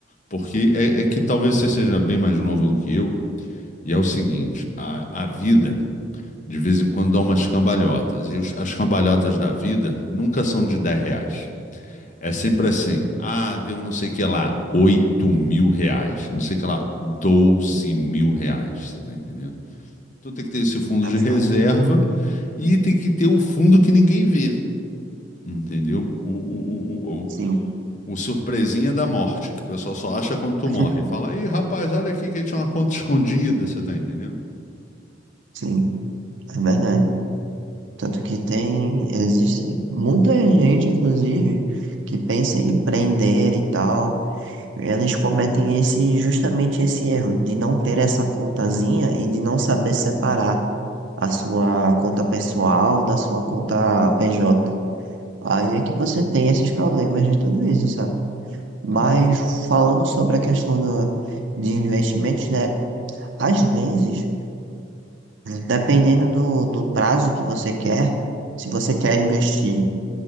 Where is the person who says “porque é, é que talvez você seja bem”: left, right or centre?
Left